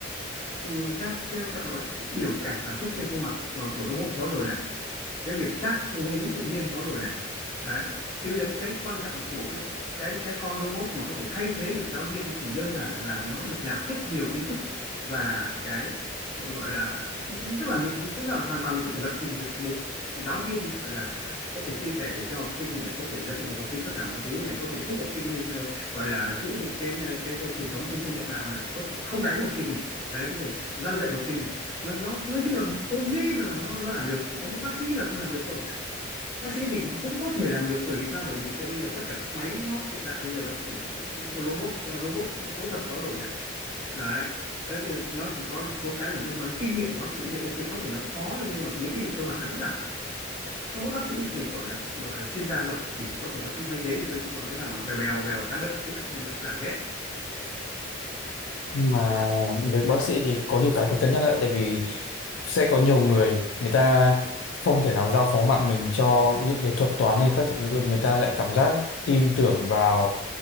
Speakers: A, on the left; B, on the left.
A: ừ, các, các, các gọi- biểu cảm cảm xúc trên khuôn mặt ờ, của robot có rồi này cái việc chắc ngôn ngữ tự nhiên có rồi này đấy thì bây giờ cái quan trọng của cái cái cái con robot mà có thể thay thế được giáo viên chỉ đơn giản là, là nó được nạp rất nhiều kiến thức và cái gọi là tức là mình tức là hoàn toàn mình có thể lập trình được một giáo viên gọi là có thể chia sẻ được cho học sinh này có thể dạy được học sinh tất cả mọi thứ này có thể giúp học sinh ờ, gọi là giữ được cái cái cái truyền thống tôn sư trọng đạo này có thể không đánh học sinh này đấy có thể răn dạy học sinh này nó, nó nói chung là tôi nghĩ rằng là nó nó làm được chỉ có mỗi bác sĩ là không làm được thôi bác sĩ thì cũng, cũng có thể làm được bởi vì sao bởi vì thực ra bây giờ tất cả các máy móc hiện đại bây giờ nó cũng, cũng robot ờ, robot phẫu thuật có rồi này đấy đấy nó chỉ có số cái là liên quan đến kinh nghiệm của bác sĩ thì ok có thể nó khó thôi nhưng mà những cái việc cơ bản nó vẫn làm mỗi bác sĩ này gọi là gọi là chuyên gia giỏi thì có thể nó không thay thế được tôi chứ còn cái thằng mà bèo bèo bèo khám bệnh chữa bệnh bây giờ làm được hết
B: mà việc bác sĩ thì có nhiều cái phải cân nhắc lại tại vì sẽ có nhiều người người ta không thể nào giao phó mạng mình cho những cái thuật toán hay các thứ được người ta lại cảm giác tin tưởng vào